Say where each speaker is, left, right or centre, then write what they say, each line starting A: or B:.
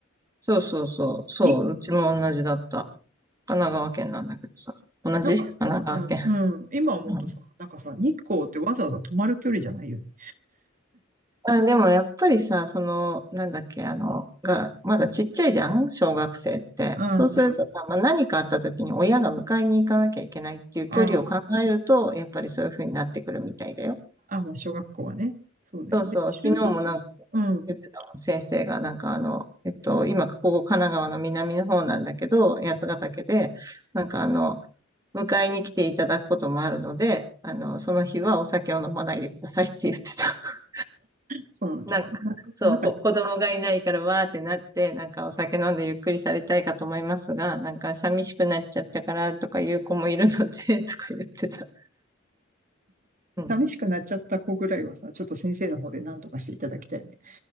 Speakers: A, on the right; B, on the right.
A: そうそうそう。そう。
B: 日
A: うちも同じだった。神奈川県なんだけどさ。同じ神奈川県。
B: なんか、うん、うん、今思うとさ、
A: うん
B: なんかさ、日光ってわざわざ泊まる距離じゃないよね。
A: あ、でもやっぱりさ、その、なんだっけ、あの、が、まだちっちゃいじゃん小学生って。
B: うんうん。
A: そうするとさ、まあ、何かあった時に親が迎えに行かなきゃいけないっていう距離を考えると、
B: あ
A: やっぱりそういう風になってくるみたいだよ。
B: あ、あ、まあ、小学校はね。そうね。
A: そうそう、
B: で、中学、
A: 昨日もなんか
B: うん。
A: 言ってたもん、先生が、なんかあの、えっと、今、ここ神奈川の南の方なんだけど、八ヶ岳で、なんかあの、迎えに来ていただくこともあるので、あの、その日はお酒を飲まないでくださいって言ってた。<laughs>
B: そうなんだ。
A: なんか、
B: なんか、
A: そう、
B: なんか、
A: こ、子供がいないからわーってなって、なんかお酒飲んでゆっくりされたいかと思いますが、なんか寂しくなっちゃったからとかいう子もいるので、<laughs> とか言ってた。うん
B: 寂しくなっちゃった子ぐらいはさ、ちょっと先生の方で何とかしていただきたいよね。